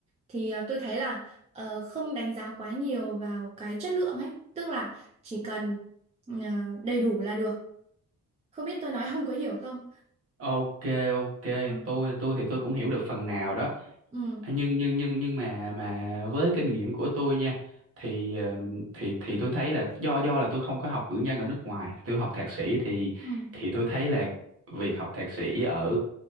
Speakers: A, on the right (about 20°); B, on the right (about 45°).
A: thì ờ, tôi thấy là ờ, không đánh giá quá nhiều vào cái chất lượng ấy tức là chỉ cần ờ, đầy đủ là được không biết tôi nói không có hiểu không
B: Ok ok
A: Ừ.
B: tôi tôi thì tôi cũng hiểu được phần nào đó
A: ừ
B: À, nhưng nhưng nhưng nhưng mà mà với kinh nghiệm của tôi nha thì ờ, thì thì tôi thấy là do do là tôi không có học cử nhân ở nước ngoài tôi học thạc sĩ thì
A: Ừ.
B: thì tôi thấy là việc học thạc sĩ ở